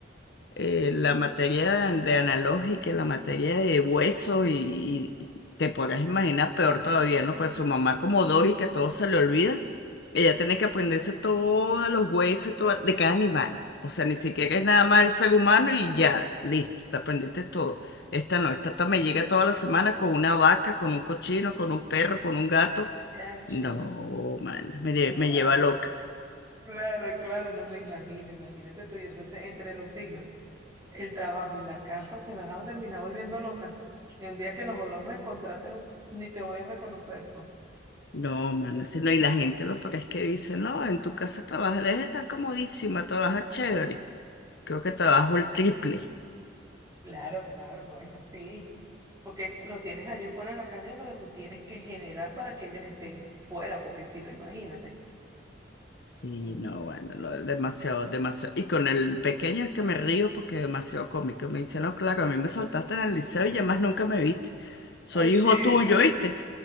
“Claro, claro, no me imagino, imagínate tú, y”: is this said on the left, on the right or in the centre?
Right